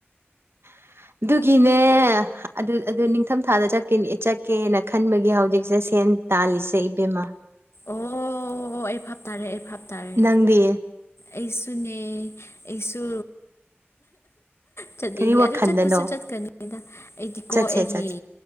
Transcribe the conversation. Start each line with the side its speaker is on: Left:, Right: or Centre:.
Right: <inaudible> ꯑꯗꯨꯒꯤꯅꯦ ꯑꯗꯨ ꯑꯗꯨ ꯅꯤꯡꯊꯝ ꯊꯥꯗ ꯆꯠꯀꯦꯅ ꯈꯟꯕꯒꯤ ꯍꯧꯖꯤꯛꯁꯦ ꯁꯦꯜ ꯇꯥꯂꯤꯁꯦ ꯏꯕꯦꯝꯃ
Left: ꯑꯣ ꯑꯩ ꯐꯥꯞ ꯇꯥꯔꯦ ꯑꯩ ꯐꯥꯞ ꯇꯔꯦ
Right: ꯅꯪꯗꯤ
Left: ꯑꯩꯁꯨꯅꯦ ꯑꯩꯁꯨ ꯆꯠꯅꯤꯡꯉꯦ
Right: ꯀꯔꯤ ꯋꯥꯈꯟꯗꯅꯣ
Left: ꯑꯗꯨ ꯆꯠꯄꯁꯨ ꯆꯠꯀꯅꯤꯗ ꯑꯩꯗꯤꯀꯣ
Right: ꯆꯠꯁꯦ
Left: ꯑꯩꯒꯤ
Right: ꯆꯠꯁꯦ